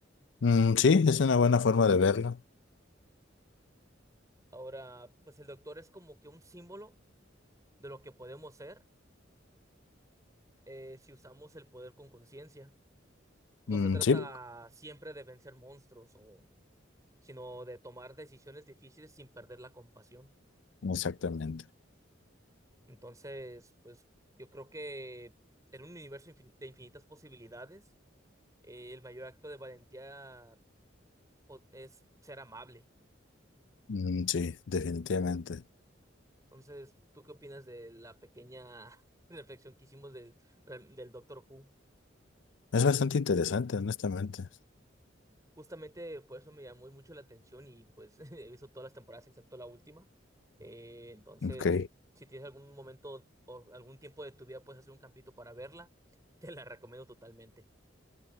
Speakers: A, on the left; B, on the right.
A: Mm, sí, es una buena forma de verlo.
B: Ahora, pues el doctor es como que un símbolo de lo que podemos ser eh, si usamos el poder con conciencia. No
A: Mm,
B: se trata
A: sí,
B: siempre de vencer monstruos, o, sino de tomar decisiones difíciles sin perder la compasión.
A: exactamente.
B: Entonces, pues yo creo que en un universo infin- de infinitas posibilidades, eh, el mayor acto de valentía po- es ser amable.
A: Mm, sí, definitivamente.
B: Entonces, ¿tú qué opinas de la pequeña <laughs> reflexión que hicimos del del Doctor Who?
A: Es bastante interesante, honestamente.
B: Justamente por eso me llamó mucho la atención y pues <laughs> he visto todas las temporadas excepto la última. Eh, entonces,
A: Ok.
B: si tienes algún momento o algún tiempo de tu vida, puedes hacer un campito para verla, <laughs> te la recomiendo totalmente.